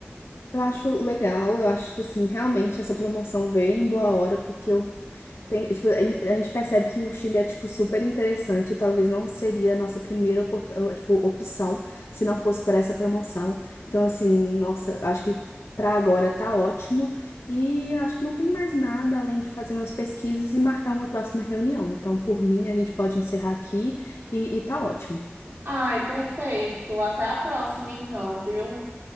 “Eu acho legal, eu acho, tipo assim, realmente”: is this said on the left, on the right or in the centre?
Left